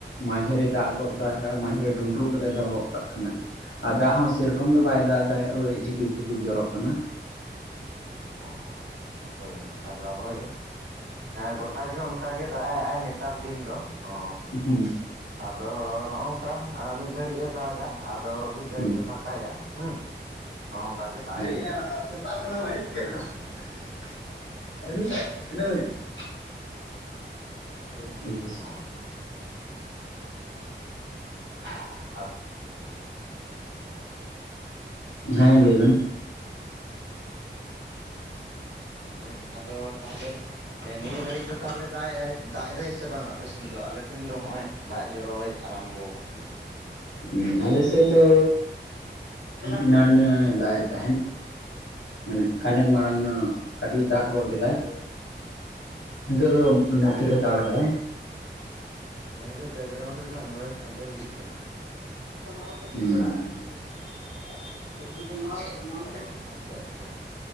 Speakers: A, on the left (about 85°); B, on the right (about 75°).
A: ᱢᱟᱡᱷᱮ ᱨᱮ ᱫᱟᱜ ᱜᱚᱫ
B: ᱦᱩᱸ
A: ᱮᱫᱟᱭ ᱢᱟᱡᱷᱮᱨᱮ ᱰᱩᱸᱰᱨᱩᱜ ᱠᱟᱛᱮᱜ ᱫᱚᱦᱚ ᱜᱚᱫ ᱠᱟᱜ ᱟᱨ ᱫᱟᱜ ᱦᱚᱸ ᱥᱮᱨᱚᱠᱚᱢ ᱫᱚ
B: ᱦᱳᱭ
A: ᱵᱟᱭ
B: ᱦᱳᱭ
A: ᱫᱟᱜ ᱮᱫᱟ ᱚᱭ ᱡᱷᱤᱯᱤᱠ ᱡᱷᱤᱯᱤᱠ ᱡᱚᱨᱚᱜ ᱠᱟᱱᱟ᱾
B: ᱚ ᱟᱪᱷᱟ ᱟᱪᱷᱟ ᱦᱟᱭ᱾ ᱟᱫᱚ ᱦᱚᱭ ᱜᱚᱴᱟ ᱜᱮ ᱚᱱᱠᱟᱜ ᱜᱮ ᱫᱟᱜᱼᱟᱭ ᱱᱮᱛᱟᱨ ᱫᱤᱱ ᱫᱚ᱾ ᱚ
A: ᱦᱩᱸ
B: ᱟᱫᱚ ᱱᱚᱜᱝᱠᱟ ᱢᱤᱫ ᱜᱷᱟᱹᱲᱤᱡ ᱮ ᱫᱟᱜᱟ ᱟ ᱟᱫᱚ ᱢᱤᱫ ᱜᱷᱟᱹᱲᱤᱡ
A: ᱦᱩᱸ
B: ᱮ ᱯᱷᱟᱠᱟᱭᱟᱸ ᱦᱩᱸ ᱱᱚᱜᱼᱚ ᱱᱝᱠᱟ ᱜᱮ
A: <unintelligible>
B: ᱫᱟᱜ ᱮᱜᱼᱟᱭ ᱟᱨᱠᱤ
A: <unintelligible>
B: ᱚ <unintelligible>
A: ᱦᱮᱸ ᱞᱟᱹᱭ ᱵᱮᱱ᱾
B: ᱦᱚᱭ ᱟᱫᱚ ᱛᱟᱦᱚᱞᱮ ᱱᱤᱭᱟᱹ ᱜᱷᱟᱹᱲᱤᱡ ᱫᱚ ᱛᱟᱦᱚᱞᱮ ᱫᱟᱜ ᱮᱫ ᱫᱟᱜ ᱮᱫᱟᱭ ᱥᱮ ᱵᱟᱝᱼᱟ? ᱟᱯᱮᱥᱮᱫ ᱫᱚ ᱟᱞᱮᱥᱮᱱ ᱫᱚ ᱦᱚᱸᱜᱼᱚᱭ ᱫᱟᱜ ᱡᱚᱨᱚᱭ ᱟᱨᱚᱢᱵᱚ ᱟᱠᱟᱫ ᱜᱮᱭᱟ᱾
A: ᱦᱮᱸ ᱟᱞᱮ ᱥᱮᱫ ᱫᱚ ᱮᱱᱟᱱ ᱫᱟᱜ ᱮᱫ ᱛᱟᱦᱮᱸᱱ᱾ ᱢᱟᱱᱮ ᱠᱷᱟᱱᱮᱠ ᱢᱟᱲᱟᱝ ᱧᱚᱜ ᱠᱟᱹᱴᱤᱡ ᱫᱟᱜ ᱜᱚᱫ ᱞᱮᱫᱟᱭ ᱱᱤᱛᱚᱜ ᱫᱚ ᱢᱟᱱᱮ
B: ᱟᱪᱪᱷᱟ
A: ᱛᱷᱤᱨ ᱦᱟᱛᱟᱲ ᱠᱟᱫᱟᱭ
B: ᱜᱚᱝᱜᱮ ᱵᱮᱠᱜᱨᱟᱣᱩᱱᱰ ᱨᱮᱱᱟᱜ ᱱᱚᱮᱥ ᱟᱸᱡᱚᱢ ᱤᱫᱤᱜ ᱠᱟᱱᱟ
A: ᱦᱩᱸ
B: ᱚ ᱟᱪᱪᱷᱟ ᱟᱪᱪᱷᱟ